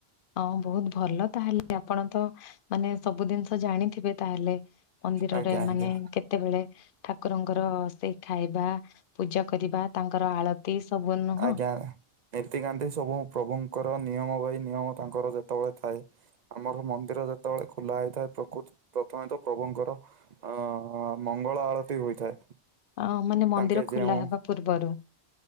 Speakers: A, on the left; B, on the right.
A: ହଁ ବହୁତ୍ ଭଲ ତାହେଲେ ଆପଣ ତ ମାନେ ସବୁ ଜିନିଷ ଜାଣିଥିବେ ତାହେଲେ? ମନ୍ଦିରରେ
B: ଆଜ୍ଞା ଆଜ୍ଞା
A: ମାନେ କେତେ କେତେବେଳେ ଠାକୁରଙ୍କର ସେଇ ଖାଇବା ପୂଜା କରିବା ତାଙ୍କର ଆଳତି ସବୁ ନୁହଁ
B: ଆଜ୍ଞା। ନୀତିକାନ୍ଧି ସବୁ ପ୍ରଭୁଙ୍କର ନିୟମ ବାଇ ନିୟମ ତାଙ୍କର ଯେତେବେଳେ ଥାଏ ଆମର ମନ୍ଦିର ଯେତେବେଳେ ଖୋଲା ହେଇଥାଏ ପ୍ରକୃ ପ୍ରଥମେ ତ ପ୍ରଭୁଙ୍କର ଅ ମଙ୍ଗଳ ଆଳତି ହୋଇଥାଏ।
A: ଅ ମାନେ ମନ୍ଦିର
B: ତାଙ୍କେ
A: ଖୋଲା
B: ଯେଉଁ
A: ହେବା ପୂର୍ବରୁ